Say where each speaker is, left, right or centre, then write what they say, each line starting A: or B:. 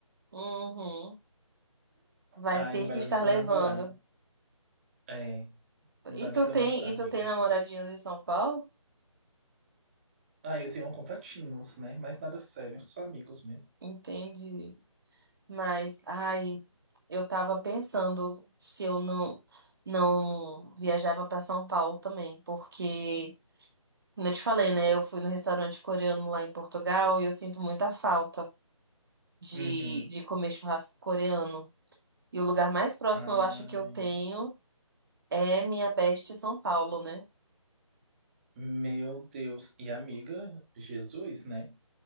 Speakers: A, on the right; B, on the right.
A: Uhum. Vai
B: ai,
A: ter
B: não vai
A: que
B: dar
A: estar
B: nem pra
A: levando.
B: namorar. É. Não dá
A: E
B: nem
A: tu
B: pra
A: tem,
B: namorar,
A: e
B: amiga.
A: tu tem namoradinhos em São Paulo?
B: Ah, eu tenho contatinhos, né? Mas nada sério, só amigos mesmo.
A: Entendi. Mas, ai, eu tava pensando se eu não não viajava para São Paulo também, porque Como eu te falei, né? Eu fui no restaurante coreano lá em Portugal e eu sinto muita falta de,
B: Uhum.
A: de comer churrasco coreano. E o lugar mais próximo
B: Ai,
A: eu acho que eu tenho é minha best São Paulo, né?
B: meu Deus. E amiga, Jesus, né?